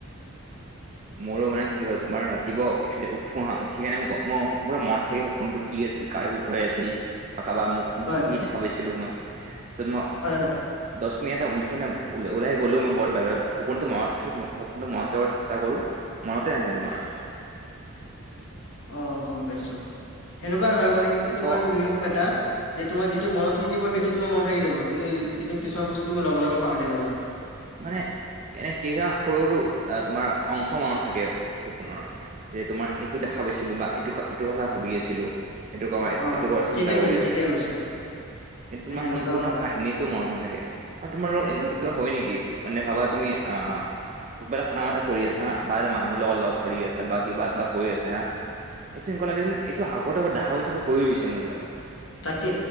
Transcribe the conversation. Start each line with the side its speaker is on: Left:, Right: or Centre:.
Right: মোৰো মানে কি হয় তোমাৰ ৰাতিপুৱা উঠি-উঠো হা' উঠি কেনে মোৰ পুৰা মনত থাকে সপোনটো কি আছিল কাৰ বিষয়ে আছিল- বা কাৰোবাৰ মুখখন
Left: হয়
Right: কি দেখা পাইছিলো মই, তাৰপিছত মই-
Left: হয় হয়।
Right: দহ মিনিট এটা উঠি কিনে উলাই গলো মই ঘৰত বাহিৰত সপোনটো <unintelligible> মনত কৰিবলে চেষ্টা কৰো মনতে নাহে তোমাৰ।
Left: অঁ' গম পাইছো, সেনেকুৱাই হয় মানে এইটো তোমাৰ
Right: ক
Left: নিয়ম এটা। যে তোমাৰ যিটো মনত থাকিব সেইটো তোমাৰ মনত থাকি যাব কিন্তু কিন্তু কিছুমান বস্তু তুমি লগে লগে পাহৰি যাবা।
Right: মানে এনে <unintelligible> সৰু-সৰু বা তোমাৰ অংশ মনত থাকে সপোনৰ। যে তোমাৰ এইটো দেখা পাইছিলো বা এইটো এইটো কথা ভাবি আছিলোঁ। <unintelligible> এইটো
Left: অ
Right: কথা চিন্তা
Left: ঠিকে
Right: কৰি
Left: কৈছা
Right: আছিলো।
Left: ঠিকে কৈছা
Right: কিন্তু তোমাৰ
Left: সেনেকুৱা
Right: সম্পূৰ্ণ কাহিনীটো মনত নাথাকে আৰু তোমাৰ লগত এনেকুৱা কেতিয়াবা হয় নেকি? নে ভাবা তুমি আ'- কিবা এটা কাম এটা কৰি আছা হা' বা <unintelligible> মানুহ লগৰ লগ ধৰি আছা, বা কিবা এটা কৰি আছে হা। এইটো এনেকুৱা লাগে এইটো আগতে দো হৈছে বা হৈ গৈছে মোৰ লগত
Left: তাকে